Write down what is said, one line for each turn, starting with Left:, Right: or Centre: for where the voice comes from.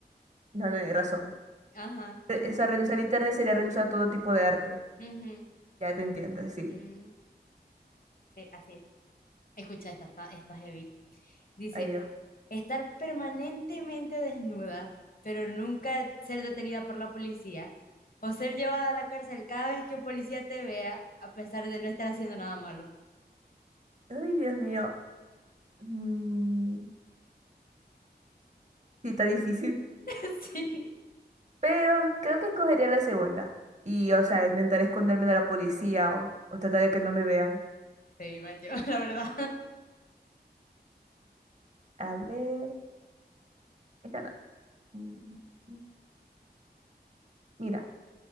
Right: No tenés razón.
Left: Ajá.
Right: Re- O sea, renunciar a internet sería renunciar a todo tipo de arte.
Left: ujú,
Right: Ya te entiendo, sí.
Left: mm, Sí, así es. Escucha, esta está, está heavy. Dice,
Right: Ay, Dios.
Left: estar permanentemente desnuda, pero nunca ser detenida por la policía, o ser llevada a la cárcel cada vez que un policía te vea, a pesar de no estar haciendo nada malo.
Right: Ay, Dios mío. Mm, sí, está difícil.
Left: <laughs> Sí,
Right: Pero creo que escogería la segunda. Y, o sea, intentar esconderme de la policía o, o tratar de que no me vean.
Left: sí, igual yo, <laughs> la verdad.
Right: A ver. esta no. Mm, mm. Mira,